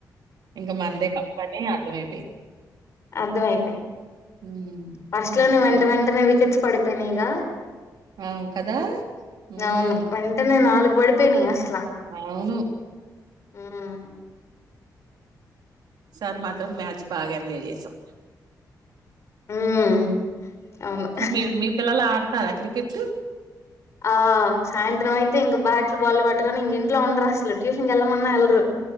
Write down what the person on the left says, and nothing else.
అర్ధమైపాయ్
ఫస్ట్
లోనే
వెంట వెంటనే రిజెక్ట్స్ పడితేనా ఇగ
అవును వెంటనే నాలుగు పడిపోయినాయి అసలా
మ్మ్
మ్మ్ అవును
ఆ సాయంత్రం అయితే ఇంకా బ్యాట్లు బాల్ పట్టగాని ఇంక ఇంట్లో ఉండరు అసలు ట్యూషన్కి వెళ్ళమన్నా వెళ్లరు